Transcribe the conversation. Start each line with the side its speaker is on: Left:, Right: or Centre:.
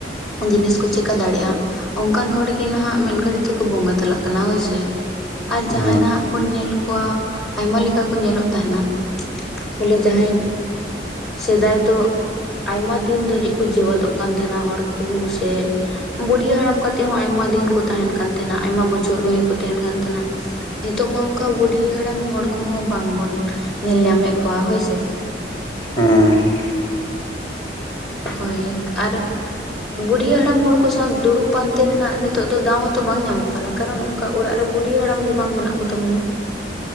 Centre: ᱡᱤᱱᱤᱥ ᱠᱚ ᱪᱮᱠᱟ ᱫᱟᱲᱮᱭᱟᱜᱼᱟ ᱾ ᱚᱱᱠᱟᱱ ᱦᱚᱲ ᱜᱮ ᱱᱟᱦᱟᱜ ᱢᱤᱫ ᱜᱷᱟᱹᱲᱤ ᱛᱮᱠᱚ ᱵᱚᱸᱜᱟ ᱛᱟᱞᱟᱜ ᱠᱟᱱᱟ ᱦᱳᱹᱭ ᱥᱮ ᱾ ᱟᱨ
Left: ᱦᱩᱸ
Centre: ᱡᱟᱦᱟᱸᱭ ᱱᱟᱦᱟᱜ ᱵᱩᱱ ᱧᱮᱞ ᱠᱚᱣᱟ ᱟᱭᱢᱟ ᱞᱮᱠᱟ ᱠᱚ ᱧᱮᱞᱚᱜ ᱛᱟᱸᱦᱮᱱᱟ ᱾ ᱵᱚᱞᱮ ᱡᱟᱦᱟᱸᱭ ᱥᱮᱸᱫᱟᱭ ᱫᱚ ᱟᱭᱢᱟ ᱫᱤᱱ ᱫᱷᱟᱹᱨᱤᱡ ᱠᱚ ᱡᱮᱣᱮᱫᱚᱜ ᱠᱟᱱ ᱛᱟᱦᱮᱱᱟ ᱦᱚᱲ ᱠᱚ ᱥᱮ ᱾ ᱵᱩᱰᱦᱤ ᱦᱟᱲᱟᱢ ᱠᱟᱛᱮ ᱮᱫ ᱦᱚᱸ ᱟᱭᱢᱟ ᱫᱤᱱ ᱠᱚ ᱛᱟᱦᱮᱱ ᱠᱟᱱ ᱛᱟᱸᱦᱮᱱᱟ ᱟᱭᱢᱟ ᱵᱚᱪᱷᱚᱨ ᱦᱩᱭ ᱠᱚ ᱛᱟᱦᱮᱱ ᱠᱟᱱ ᱛᱟᱸᱦᱮᱱᱟ ᱾ ᱱᱤᱛᱚᱜ ᱢᱟ ᱚᱱᱠᱟ ᱵᱩᱰᱰᱷᱤ ᱦᱟᱲᱟᱢ ᱦᱚᱲ ᱠᱚᱦᱚᱸ ᱵᱟᱝ ᱵᱚᱱ ᱾ ᱧᱮᱞ ᱧᱟᱢᱮᱫ ᱠᱚᱣᱟ ᱦᱳᱹᱭ ᱥᱮ ᱾
Left: ᱦᱩᱸ ᱦᱩᱸ
Centre: ᱦᱳᱹᱭ ᱟᱨ ᱾ ᱵᱩᱰᱷᱤ ᱦᱟᱲᱟᱢ ᱦᱚᱲ ᱠᱚ ᱥᱟᱶ ᱫᱩᱲᱩᱵ ᱯᱟᱱᱛᱮ ᱨᱮᱱᱟᱜ ᱱᱤᱛᱚᱜ ᱫᱚ ᱫᱟᱣ ᱦᱚᱸᱛᱚ ᱵᱟᱝ ᱧᱟᱢᱚᱜ ᱠᱟᱱᱟ ᱠᱟᱨᱚᱱ ᱚᱱᱠᱟ ᱚᱱᱠᱟ ᱚᱲᱟᱜ ᱨᱮ ᱵᱩᱰᱰᱷᱤ ᱦᱟᱲᱟᱢ ᱜᱮ ᱵᱟᱝ ᱢᱮᱱᱟᱜ ᱠᱚ ᱛᱟᱵᱚᱱᱟ ᱾